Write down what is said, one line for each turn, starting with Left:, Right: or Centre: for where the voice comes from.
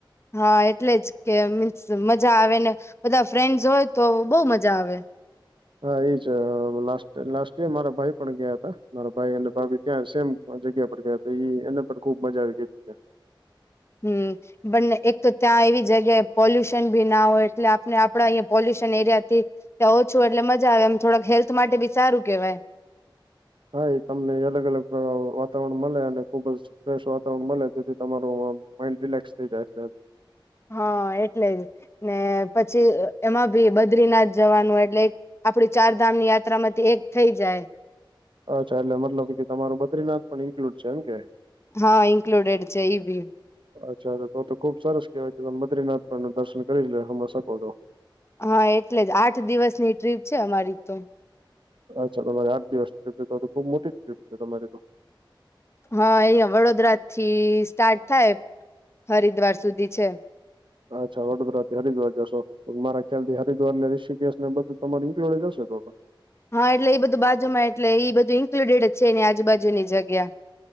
Left: હા એટલે જ કે મીન્સ મજા આવે ને બધા ફ્રેન્ડસ હોય તો બહુ મજા આવે
Right: હા ઈજ અ અવ લાસ્ટ લાસ્ટ યર મારા ભાઈ પણ ગ્યા તા મારા ભાઈ અને ભાભી ત્યાં સેમ જગ્યા પર ગયા ઈ એ એને પણ ખુબ મજા આવી ગઈ ત્યા
Left: હમ્મ બંને એક તો ત્યાં એવી જગ્યાએ પોલ્યુશન બી ના હોય એટલે આપને આપળા અંયા પોલ્યુશન એરિયાથી. ત્યાં ઓછું એટલે મજા આવે એમ થોળાક હેલ્થ માટે બી સારું કેવાય
Right: હા એ તમને અલગ અલગ અ વાતાવરણ મલે અને ખુબ જ ફ્રેશ વાતાવરણ મલે જેથી તમારું આમ માઇન્ડ રિલેક્સ થઈ જાય છે.
Left: હા એટલે જ, ને પછી એમાં ભી બદ્રીનાથ જવાનું એટલે આપળી ચાર ધામ ની યાત્રા માંથી એક થઈ જાય.
Right: અચ્છા એટલે મતલબ ઈ કે તમારું બદ્રીનાથ પણ ઇન્ક્લુડ છે, એમ કે
Left: હા ઈન્કલુડેડ છે ઈ ભી
Right: અચ્છા તો તો ખુબ સરસ કેવાય કે તમે બદ્રીનાથ પણ દર્શન કરી લિયો હમે શકો
Left: હા એટલે જ આઠ દિવસની ટ્રીપ છે, અમારી તો
Right: અચ્છા તમારી આઠ દિવસની ટ્રીપ છે, તો તો ખુબ મોટી ટ્રીપ છે તમારી તો
Left: હા અંયા વડોદરા થી સ્ટાર્ટ થાય હરિદ્વાર સુધી છે.
Right: અચ્છા વડોદરા થી હરિદ્વાર જશો તો મારા ખ્યાલથી હરિદ્વાર ને ઋષિકેશ ને બધું તમારું ઇન્ક્લુડ જ અશે તો તો
Left: હા એટલે ઈ બધું બાજુ માં એટલે ઈ બધું ઇન્ક્લુડેડ છે એની આજુબાજુની જગ્યા